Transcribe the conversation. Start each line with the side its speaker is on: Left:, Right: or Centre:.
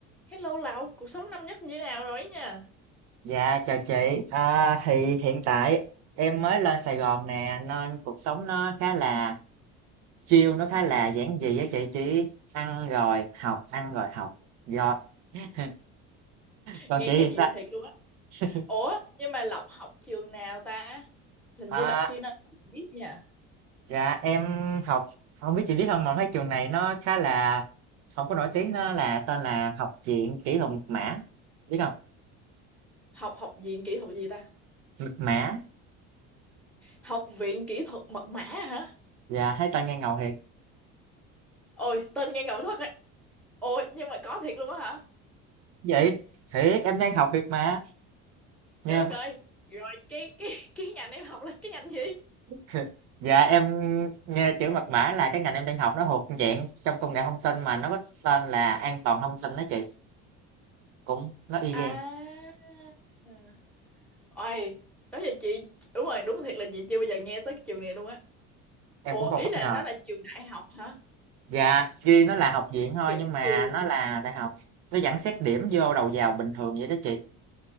Centre: Hello Lộc, cuộc sống năm nhất như thế nào rồi ấy nha?
Right: Dạ chào chị, à, thì hiện tại em mới lên Sài Gòn nè nên cuộc sống nó khá là chill, nó khá là giản dị á chị, chỉ ăn rồi học, ăn rồi học. Rồi. <laughs> Còn
Centre: Nghe
Right: chị
Centre: giản
Right: thì sao?
Centre: dị thiệt luôn á.
Right: <laughs>
Centre: Ủa, nhưng mà Lộc học trường nào ta? Hình
Right: À,
Centre: như Lộc chưa nói biết nha.
Right: dạ em học, không biết chị biết không mà mấy trường này nó khá là không có nổi tiếng, nó là tên là Học viện Kỹ thuật Mật mã, biết không?
Centre: Học học viện kỹ thuật gì ta?
Right: Mật mã,
Centre: Học viện kỹ thuật mật mã hả?
Right: dạ thấy tên nghe ngầu thiệt.
Centre: Ôi, tên nghe ngầu thật ấy. Ôi, nhưng mà có thiệt luôn á hả?
Right: Vậy, thiệt em đang học thiệt mà, nghe
Centre: Trời đất ơi. Rồi cái cái cái ngành em học là cái ngành gì?
Right: <laughs> Dạ em nghe chữ mật mã là cái ngành em đang học nó thuộc dạng trong công nghệ thông tin mà nó có tên là an toàn thông tin đó chị cũng nó y
Centre: À.
Right: gan
Centre: ừ. Ôi, đó giờ chị đúng rồi, đúng thiệt là chị chưa bao giờ nghe tới cái trường này luôn á.
Right: em
Centre: Ủa,
Right: cũng không
Centre: ý
Right: bất
Centre: là
Right: ngờ
Centre: nó là trường đại học hả?
Right: dạ ghi nó là học viện thôi
Centre: Kiểu
Right: nhưng mà
Centre: trường
Right: nó là đại học nó vẫn xét điểm vô đầu vào bình thường vậy đó chị